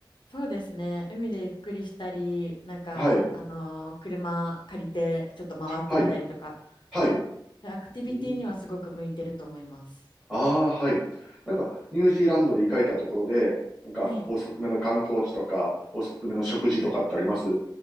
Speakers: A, on the left; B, in the centre.
A: そうですね。海でゆっくりしたり、なんか、
B: はい、
A: あのー車借りてちょっと回ってみたりとか、
B: はい、はい。
A: アクティビティにはすごく向いてると思います。
B: うん、ああー、はい。なんか、ニュージーランドで行かれたところで、なんか、
A: はい。
B: おすすめの観光地とか、おすすめの食事とかってあります